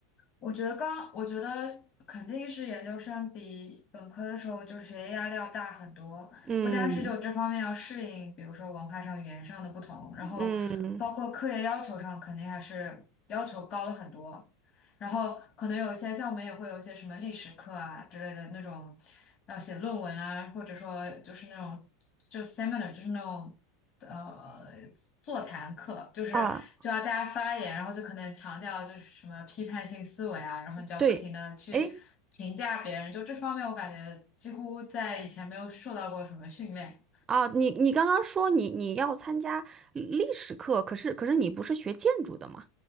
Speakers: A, on the left; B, on the right.
A: 我觉得刚，我觉得肯定是研究生比本科的时候就是学业压力要大很多，
B: 嗯
A: 不单是就这方面要适应，比如说文化上、语言上的不同，然后包括课业要求上肯定还是要求高了很多。
B: 嗯
A: 然后可能有一些像我们也会有一些什么历史课啊之类的那种，要写论文啊，或者说就是那种就是 seminar，就是那种呃座谈课，就是就要大家发言，
B: 啊，
A: 然后就可能强调就是什么批判性思维啊，然后你就要不停的去评价别人，
B: 对，哎，
A: 就这方面我感觉几乎在以前没有受到过什么训练。
B: 哦，你你刚刚说你你要参加历史课，可是可是你不是学建筑的吗？